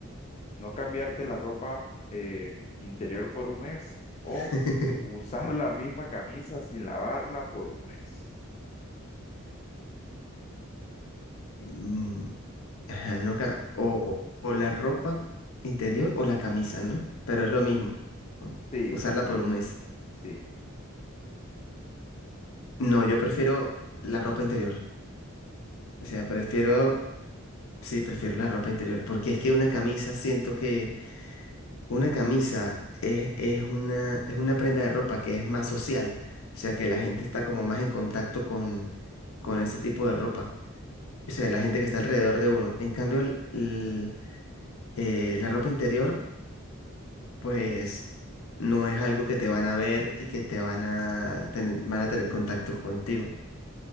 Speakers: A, on the left (about 30°); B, on the left (about 80°).
A: No cambiarte la ropa eh, interior por un mes o
B: <laughs>
A: usar la misma camisa sin lavarla por un mes.
B: Mm, Ajá, no, ca- o, o o la ropa interior o la camisa, ¿no? Pero es lo mismo. ¿no?
A: Sí,
B: Usarla
A: sí, sí,
B: por un mes.
A: sí,
B: No, yo prefiero la ropa interior. O sea, prefiero, sí, prefiero la ropa interior, porque es que una camisa, siento que una camisa es, es una, es una prenda de ropa que es más social. O sea, que la gente está como más en contacto con, con ese tipo de ropa. O sea, la gente que está alrededor de uno. En cambio, el- el, eh, la ropa interior, pues, no es algo que te van a ver y que te van a tener, van a tener contacto contigo.